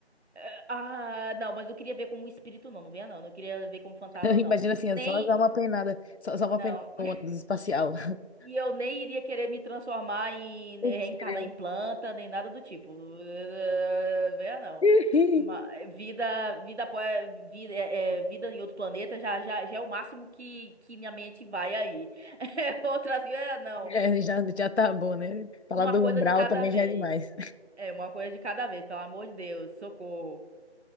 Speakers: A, on the right (about 75°); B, on the left (about 75°).
A: É, Ah, não, mas eu queria ver como espírito, não, não venha não, não queria ver como fantasma,
B: <laughs> Imagina
A: não.
B: assim, é
A: Nem,
B: só dar uma penada, só, só uma
A: não.
B: penada
A: <laughs>
B: no ônibus espacial. <laughs>
A: E eu nem iria querer me transformar em, né,
B: Putz,
A: reencarnar
B: grilo.
A: em planta, nem nada do tipo. <laughs> Eh, Venha não.
B: <laughs>
A: Ma- vida, vida, apó- vida, é, é, vida em outro planeta já, já, já é o máximo que, que minha mente vai aí. <laughs> Outras, eh, não.
B: É, já, já tá bom, né? Falar
A: Uma
B: do
A: coisa
B: umbral
A: de cada
B: também
A: vez.
B: já é demais.
A: É, uma coisa de cada vez, pelo amor de Deus, socorro.